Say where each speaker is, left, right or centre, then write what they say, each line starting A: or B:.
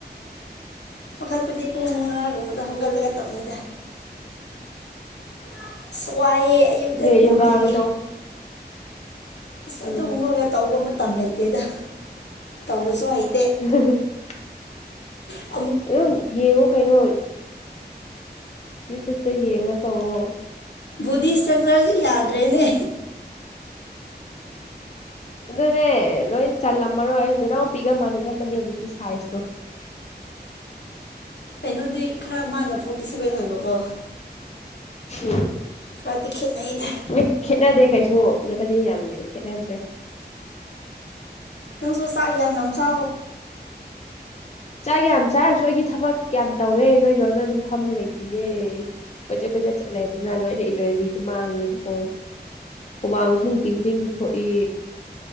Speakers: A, on the left; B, on the left.
A: ꯆꯥꯎꯒꯠꯄꯗꯤ ꯄꯨꯡ ꯃꯉꯥꯒꯨꯝꯕꯗ ꯍꯧꯒꯠꯂꯒ ꯇꯧꯅꯤꯗ <inaudible> ꯋꯥꯏꯑꯦ ꯑꯌꯨꯛꯇ
B: ꯑꯗꯨꯅꯦ
A: ꯅꯨꯡꯇꯤꯒꯤ
B: ꯌꯣꯒꯥꯒ ꯇꯧ
A: ꯑꯁ
B: ꯎꯝ
A: ꯑꯗꯨꯒꯨꯝꯕꯒ ꯇꯧꯕ ꯃꯇꯝ ꯂꯩꯇꯦꯗ ꯇꯧꯕꯁꯨ ꯑꯩ
B: <inaudible>
A: ꯎ
B: ꯑꯗꯨꯝ ꯌꯦꯡꯉꯣ ꯀꯩꯅꯣ ꯌꯨꯇ꯭ꯌꯨꯕꯇ ꯌꯦꯡꯉ ꯇꯧꯑꯣꯣ
A: ꯗꯤ ꯏꯁꯇ꯭ꯔꯛꯆꯔꯁꯨ ꯌꯥꯗ꯭ꯔꯦꯅꯦ
B: ꯑꯗꯨꯅꯦ ꯂꯣꯏ ꯆꯜꯂꯝꯃꯔꯣꯏ ꯅꯅꯥꯎꯄꯤꯒ ꯃꯥꯟꯅꯔꯝ ꯃ ꯍꯧꯖꯤꯛꯁꯦ ꯁꯥꯏꯟꯁꯇꯣ
A: ꯀꯩꯅꯣꯗꯤ ꯈꯔ ꯃꯥꯅ ꯐꯣꯔꯇꯤ ꯁꯦꯚꯦꯟ ꯑꯣꯏꯕꯀꯣ
B: ꯎꯝ
A: ꯈꯔꯗꯤ ꯈꯦꯠꯅꯩꯗ
B: ꯅ ꯈꯦꯠꯅꯗꯦ ꯀꯩꯁꯨ ꯅꯣꯏꯕꯅꯤ ꯌꯥꯝꯒꯦꯗ ꯈꯦꯠꯅꯗ꯭ꯔꯦ
A: ꯅ ꯁꯣ ꯆꯏ ꯌꯥꯅꯆꯥ
B: ꯆꯥꯛ ꯌꯥꯝ ꯆꯥꯔꯁꯨ ꯑꯩꯒꯤ ꯊꯕꯛ ꯌꯥꯝ ꯇꯧꯋꯦ ꯅꯣꯏꯗꯧꯅ ꯑꯗꯨꯝ ꯐꯝꯕ ꯂꯩꯇꯦꯌꯦ ꯀꯣꯏꯆꯠ ꯀꯣꯏꯆꯠ ꯆꯠꯂꯦ ꯍꯥꯏꯕꯅꯤꯅ ꯂꯣꯏꯅ ꯏꯅꯔꯖꯤꯗꯨꯣ ꯃꯥꯡꯉꯦꯕꯀꯣ ꯍꯨꯃꯥꯡꯁꯨ ꯅꯨꯡꯇꯤ ꯈꯨꯗꯤꯡ ꯊꯣꯛꯏ